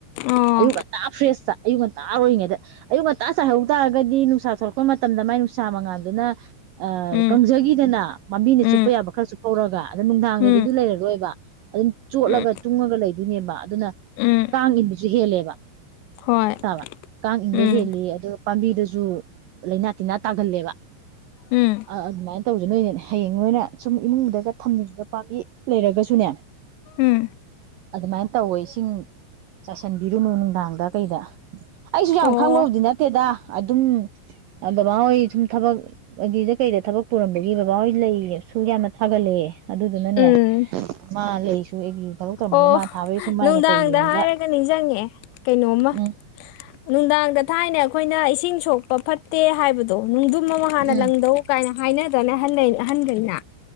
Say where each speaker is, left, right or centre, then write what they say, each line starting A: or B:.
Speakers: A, on the left; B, on the right.
A: ꯑꯣ
B: ꯑꯌꯨꯛ ꯉꯟꯇꯥ ꯐꯔ꯭ꯦꯁ ꯇꯥ ꯑꯌꯨꯛ ꯉꯟꯇꯥ ꯑꯣꯏꯔꯤꯉꯩꯗ ꯑꯌꯨꯛ ꯉꯟꯇꯥ ꯆꯥꯏꯍꯧ ꯇꯥꯔꯒꯗꯤ ꯅꯨꯡꯁꯥ ꯊꯣꯛꯂꯛꯄ ꯃꯇꯝꯗ ꯃꯥꯏ ꯅꯨꯡꯁꯥ ꯃꯉꯥꯟꯗꯨꯅ ꯑ
A: ꯎꯝ
B: ꯀꯪꯖꯈꯤꯗꯅ ꯄꯥꯝꯕꯤꯅ
A: ꯎꯝ
B: ꯆꯨꯞꯄ ꯌꯥꯕ ꯈꯔ ꯆꯨꯞꯊꯧꯔꯒ꯫ ꯑꯗꯣ ꯅꯨꯡꯗꯥꯡꯗꯩꯗꯤ
A: ꯎꯝ
B: ꯑꯗꯨ ꯂꯩꯔꯔꯣꯏꯕ ꯑꯗꯨꯝ ꯆꯣꯠꯂꯒ
A: ꯎꯝ
B: ꯇꯨꯡꯉꯒ ꯂꯩꯗꯣꯏꯅꯦꯕ ꯑꯗꯨꯅ
A: ꯎꯝ
B: ꯀꯥꯡ ꯏꯟꯕꯁꯨ ꯍꯦꯜꯂꯦꯕ
A: ꯍꯣꯏ
B: ꯇꯥꯕ ꯀꯥꯡ ꯏꯟꯕ
A: ꯎꯝ
B: ꯍꯦꯜꯂꯤ ꯑꯗꯨꯒ ꯄꯥꯝꯕꯤꯗꯁꯨ ꯂꯩꯅꯥ ꯇꯤꯟꯅꯥ ꯇꯥꯒꯜꯂꯦꯕ
A: ꯎꯝ
B: ꯑꯗꯨꯃꯥꯏꯅ ꯇꯧꯁꯨ ꯅꯣꯏꯅꯅꯦ ꯍꯌꯦꯡ ꯅꯣꯏꯅ ꯁꯨꯝ ꯏꯃꯨꯡꯗ ꯊꯝꯅꯤꯡꯕꯗ ꯄꯥꯝꯕꯤ ꯂꯩꯔꯒꯁꯨꯅꯦ
A: ꯎꯝ
B: ꯑꯗꯨꯃꯥꯏꯅ ꯇꯧꯋꯦ ꯏꯁꯤꯡ ꯆꯥꯏꯁꯟꯕꯤꯔꯨꯅꯨ ꯅꯨꯡꯗꯥꯡꯗ ꯀꯩꯗ ꯑꯩꯁꯨ ꯌꯥꯝ
A: ꯑꯣ
B: ꯈꯪꯕꯕꯨꯗꯤ ꯅꯠꯇꯦꯗ ꯑꯗꯨꯝ ꯕꯕꯥꯍꯣꯏ ꯁꯨꯝ ꯊꯕꯛ ꯑꯗꯨꯗ ꯀꯩꯗ ꯊꯕꯛ ꯄꯨꯔꯝꯕꯒꯤ ꯕꯕꯥꯍꯣꯏ ꯂꯩꯁꯨ ꯌꯥꯝꯅ ꯊꯥꯒꯠꯂꯦ ꯑꯗꯨꯗꯨꯅꯅꯦ
A: ꯎꯝ
B: ꯃꯥ ꯂꯩꯁꯨ ꯑꯩꯒꯤ ꯊꯕꯛ ꯇꯧꯝꯕꯅꯦ
A: ꯑꯣ
B: ꯃꯥ ꯊꯥꯕꯒꯤꯁꯨ ꯃꯥꯏ
A: ꯅꯨꯡꯗꯥꯡꯗ
B: ꯃꯇꯧ ꯌꯦꯡꯉꯒ
A: ꯍꯥꯏꯔꯒ ꯅꯤꯡꯁꯤꯡꯉꯦ ꯀꯩꯅꯣꯝꯃ
B: ꯎꯝ
A: ꯅꯨꯡꯗꯥꯡꯗ ꯊꯥꯏꯅ ꯑꯩꯈꯣꯏꯅ ꯏꯁꯤꯡ ꯁꯣꯛꯄ ꯐꯠꯇꯦ ꯍꯥꯏꯕ ꯗꯣ ꯅꯨꯡꯗꯨꯝ ꯑꯃ ꯍꯥꯟꯅ
B: ꯎꯝ
A: ꯂꯪꯗꯧ ꯀꯥꯏꯅ ꯍꯥꯏꯅꯗ꯭ꯔꯅꯦ ꯑꯍꯟꯂꯩ ꯑꯍꯟꯈꯩꯅ